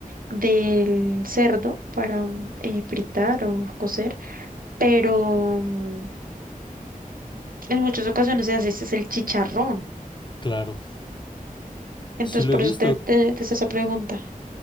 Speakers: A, on the right (about 80°); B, on the left (about 35°).
A: del cerdo para mm, eh, fritar o cocer, pero mm, en muchas ocasiones se hace es el chicharrón.
B: Claro,
A: Entonces,
B: sí lo
A: por
B: he visto.
A: eso te, te, te hice esa pregunta.